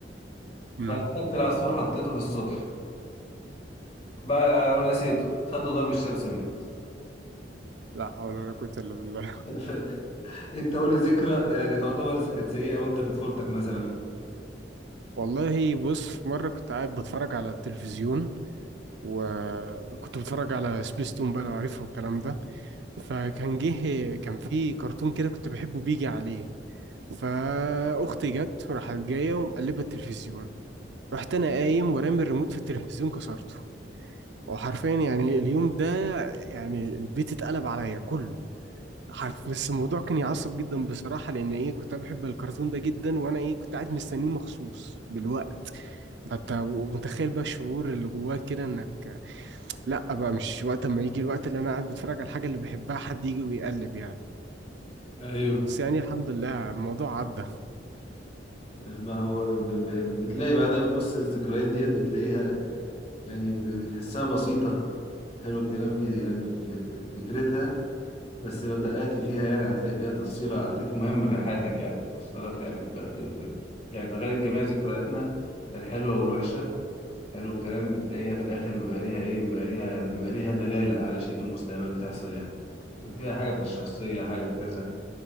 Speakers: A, on the right (about 70°); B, on the left (about 35°).
A: امم
B: فاخدت العصفور حطيته في السطح بقى ونسيته خد له ضرب الشمس مات
A: لا حول ولا قوه الا بالله
B: <laughs> انت قول لي ذكرى يعني تعتبر كانت سيئة وانت في طفولتك مثلا
A: والله بص مرة كنت قاعد بتفرج على التلفزيون وكنت بتفرج على سبيستون بقى لو عارفه الكلام ده فكان جه كان في كرتون كده كنت بحبه بيجي عليه فأختي جت راحت جاية ومقلبة التلفزيون رحت أنا قايم ورامي الريموت في التلفزيون كسرته وحرفيا يعني اليوم ده يعني البيت اتقلب عليا كله حرف بس الموضوع كان يعصب جدا بصراحة لأن إيه كنت أنا بحب الكرتون ده جدا وأنا إيه كنت قاعد مستنيه مخصوص بالوقت انت متخيل بقى الشعور اللي جواك كده انك لا بقى مش وقت اما يجي الوقت اللي انا قاعد بتفرج على الحاجه اللي بحبها حد يجي ويقلب يعني
B: ايوه
A: بس يعني الحمد لله الموضوع عدى
B: ما هو ب- ب- بتلاقي بعدها بتبص الذكريات ديت بتلاقيها يعني بتحسها بسيطة حلو الكلام في يعني في في- في فكرتها بس لو دققت فيها يعني هتلاقي فيها تفصيلة هتلاقي مهمة في حياتك يعني وصلت لك يعني بيبقى في يعني تغير جميع ذكرياتنا الحلوة والوحشة حلو الكلام بتلاقيها في الآخر بيبقى ليها إيه بيبقى ليها بيبقى ليها دلالة على شيء في المستقبل بتحصل يعني فيها حاجة في الشخصية حاجة في كذا